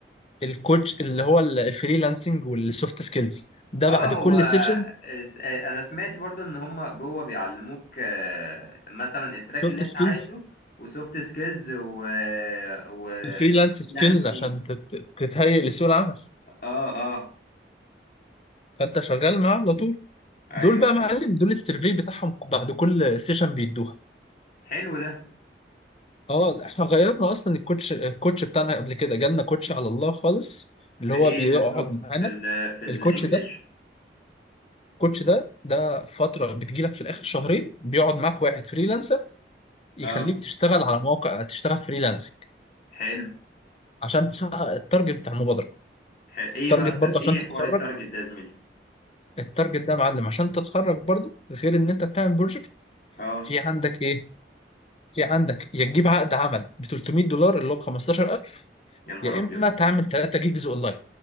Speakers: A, on the left; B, on the left.
A: الكوتش اللي هو ال- الفريلانسنج والسوفت سكيلز ده
B: اه
A: بعد
B: هو
A: كل سيشن
B: س- آه، انا سمعت برضو ان هم جوه بيعلموك آه، مثلا التراك
A: سوفت
B: اللي انت
A: سكيلز
B: عايزه وسوفت سكيلز و و
A: الفريلانس
B: فريلانسنج
A: سكيلز عشان تت- تتهيئ لسوق العمل
B: اه اه
A: فانت شغال معاه على طول
B: ايوه
A: دول بقى
B: فاهم
A: معلم دول السيرفي بتاعهم بعد كل سيشن بيدوها
B: حلو ده
A: اه احنا غيرنا اصلا الكوتش الكوتش بتاعنا قبل كده جالنا كوتش على الله خالص
B: في
A: اللي هو
B: ايه
A: بيقعد
B: بالظبط
A: معانا
B: في ال في الانجليش
A: الكوتش ده الكوتش ده ده فترة بتجيلك في الاخر شهرين بيقعد معاك واحد فريلانسر يخليك
B: اه
A: تشتغل على مواقع تشتغل فريلانسنج
B: حلو
A: عشان تحقق التارجت بتاع المبادره
B: ح- ايه
A: التارجت
B: بقى الت-
A: برضه
B: ايه
A: عشان تتخرج
B: حوار التارجت ده يا زميلي
A: التارجت ده يا معلم عشان تتخرج برضه غير ان انت بتعمل بروجكت
B: اه
A: في عندك ايه في عندك يا تجيب عقد عمل ب 300 دولار اللي هو ب 15000
B: يا نهار
A: يا
B: ابيض
A: اما تعمل 3 جيجز اونلاين